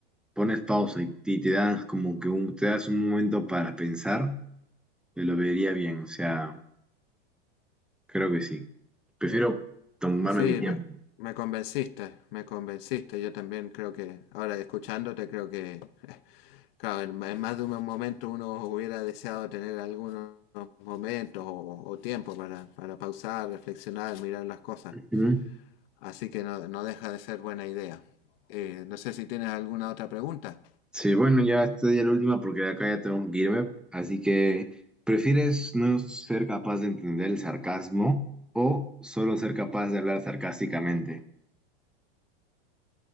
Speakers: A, in the centre; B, on the left.
A: pones pausa y, y te das como que un, te das un momento para pensar, te lo vería bien, o sea, Creo que sí. Prefiero tomarme
B: Sí,
A: mi tiempo.
B: me, me convenciste, me convenciste. Yo también creo que, ahora escuchándote, creo que, <laughs> claro, en, en más de un momento uno hubiera deseado tener algunos momentos o, o tiempo para, para pausar, reflexionar, mirar las cosas.
A: Ujú.
B: Así que no, no deja de ser buena idea. Eh, no sé si tienes alguna otra pregunta.
A: Sí, bueno, ya esta ya es la última porque de acá ya tengo que irme. Así que, ¿prefieres no ser capaz de entender el sarcasmo o solo ser capaz de hablar sarcásticamente?